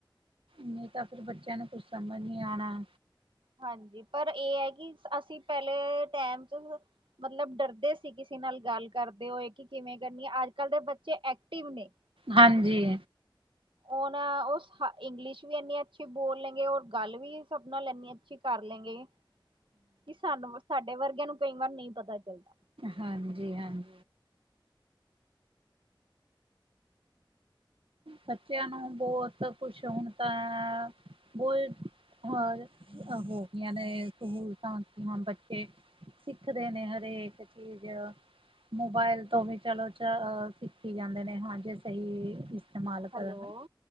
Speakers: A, on the right; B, on the right.
A: ਨਹੀਂ ਤਾਂ ਫਿਰ ਬੱਚਿਆਂ ਨੂੰ ਕੁਝ ਸਮਝ ਨਹੀਂ ਆਉਣਾ।
B: ਹਾਂਜੀ, ਪਰ ਇਹ ਐ ਕਿ, ਅਸੀਂ ਪਹਿਲੇ ਟਾਈਮ 'ਚ, ਮਤਲਬ ਡਰਦੇ ਸੀ। ਕਿ ਕਿਸੇ ਨਾਲ ਗੱਲ ਕਰਦੇ ਹੋਏ ਕਿ ਕਿਵੇਂ ਕਰਨੀ ਐ, ਅੱਜ-ਕੱਲ੍ਹ ਦੇ ਬੱਚੇ ਐਕਟਿਵ ਨੇ।
A: ਹਾਂਜੀ।
B: ਉਹ ਨਾ, ਉਹ ਇੰਗਲਿਸ਼ ਵੀ ਇੰਨੀ ਅੱਛੀ ਬੋਲ ਲੈ ਗੇ, ਔਰ ਗੱਲ ਵੀ ਸਭ ਨਾਲ ਇੰਨੀ ਅੱਛੀ ਕਰ ਲੈਂਗੇ, ਕਿ ਸਾਨੂੰ ਸਾਡੇ ਵਰਗਿਆਂ ਨੂੰ ਕਈ ਵਾਰ ਨ‌ਈਂ, ਪਤਾ ਚੱਲਦਾ
A: ਹਾਂਜੀ-ਹਾਂਜੀ। ਬੱਚਿਆਂ ਨੂੰ ਬਹੁਤ ਕੁਛ ਹੁਣ ਤਾਂ ਬਹੁਤ ਹੀ ਹੋਗੀਆਂ ਨੇ ਸਹੂਲਤਾ ਹੁਣ ਬੱਚੇ ਸਿੱਖਦੇ ਨੇ ਹਰੇਕ ਚੀਜ਼ ਮੋਬਾਇਲ ਤੋਂ ਵੀ ਚਲੋ, ਸਿੱਖੀ ਜਾਂਦੇ ਨੇ, ਹਾਂ ਜੇ ਸਹੀ, ਇਸਤੇਮਾਲ
B: ਹੈਲੋ
A: ਕਰਨ,